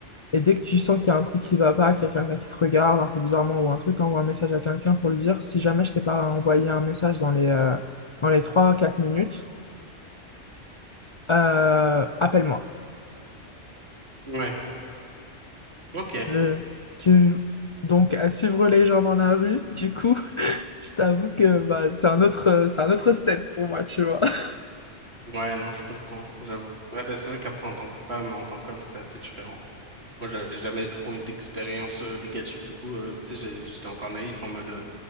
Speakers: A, on the left; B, on the right.
A: Et dès que tu sens qu'il y a un truc qui va pas, qu'il y a quelqu'un qui te regarde un peu bizarrement ou un truc, t'envoies un message à quelqu'un pour lui dire si jamais je t'ai pas envoyé un message dans les, euh, dans les trois quatre minutes, euh, appelle-moi.
B: Ouais, ok.
A: Le... Tu... Donc, à suivre les gens dans la rue, du coup. Je t'avoue que bah, c'est un autre, c'est un autre step pour moi, tu vois. <laughs>
B: Ouais, non, je comprends, j'avoue. Ouais, bah, c'est vrai qu'après, en tant que femme, en tant qu'homme, c'est assez différent. Moi, j'avais jamais trop eu d'expérience euh, négative, du coup, euh, tu sais, j'ai- j'étais encore naïf en mode. euh,